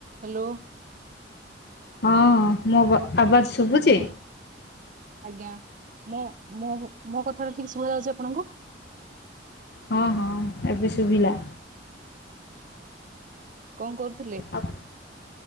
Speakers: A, on the right (about 45°); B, on the left (about 60°).
A: ହାଲୋ।
B: ହଁଁ, ମୁଁ ବ ଆବାଜ୍ ଶୁଭୁଛି।
A: ଆଜ୍ଞା ମୋ, ମୋ, ମୋ କଥା ଟା ଠିକ୍ ସୁଭାଯାଉଛି ଆପଣଙ୍କୁ?
B: ହଁ, ହଁ ଏବେ ଶୁଭିଲା।
A: କଣ କରୁଥିଲେ?
B: ଅପ୍